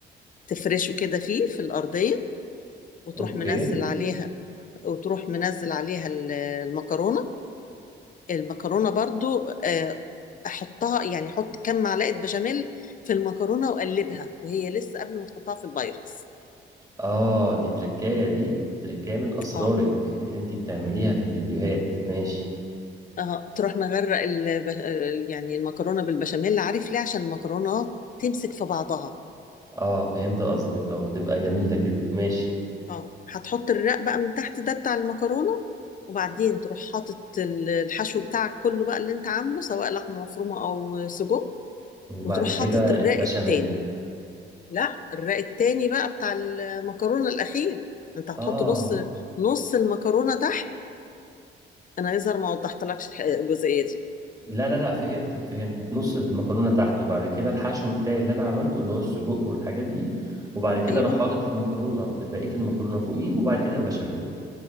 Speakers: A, on the left (about 40°); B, on the right (about 20°).
A: تفرشه كده فيه في الارضيه وتروح
B: اوكي
A: منزل عليها وتروح منزل عليها ال- المكرونه المكرونه برضو آه، احطها يعني احط كام معلقه بشاميل في المكرونه واقلبها وهي لسه قبل ما تحطها في البايركس
B: اه دي تركاية دي تركاية من اسرارك
A: اه
B: اللي انتي بتعمليها في الفيديوهات ماشي
A: اه تروح مغرق الب... يعني المكرونه بالبشاميل عارف ليه عشان المكرونه تمسك في بعضها
B: اه فهمت قصدك اه تبقى جميلة كده ماشي
A: اه هتحط الرق بقى من تحت ده بتاع المكرونه وبعدين تروح حاطط ال- الحشو بتاعك كله بقى اللي انت عامله سواء لحمه مفرومه او سجق
B: وبعد
A: وتروح
B: كده
A: حاطط الرق
B: البشاميل
A: التاني لا الرق التاني بقى بتاع المكرونة الأخير أنت هتحط
B: اه
A: نص نص المكرونة تحت أنا يظهر ما وضحتلكش الح- الجزئية دي
B: لا لا لا فهمتك فهمتك نص المكرونة تحت وبعد كده الحشو بتاعي اللي انا عملته اللي هو السجق والحاجات دي وبعد كده
A: أيوه
B: اروح حاطط المكرونة بقية المكرونة فوقيه وبعد كده البشاميل